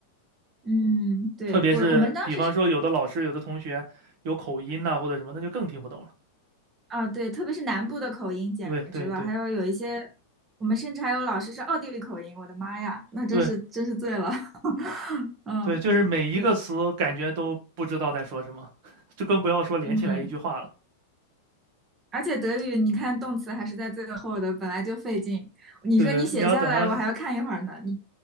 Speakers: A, on the right (about 25°); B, on the right (about 50°).
A: 嗯，对，
B: 特别是比方说，
A: 我我们当时是。
B: 有的老师、有的同学有口音呐、或者什么，那就更听不懂了。
A: 啊，对，特别是南部的口音简直了，
B: 对对对
A: 还有有一些，我们甚至还有老师是奥地利口音，我的妈呀，那真是真是醉了。
B: 对
A: <laughs> 嗯，
B: 对，就是每一个词感觉都不知道在说什么，
A: 对，
B: <laughs> 就更不要说连起来一句话了。
A: 嗯，而且德语你看动词还是在最后的，本来就费劲，你说你写下来，
B: 对对，你要等他
A: 我还要看一会儿呢。你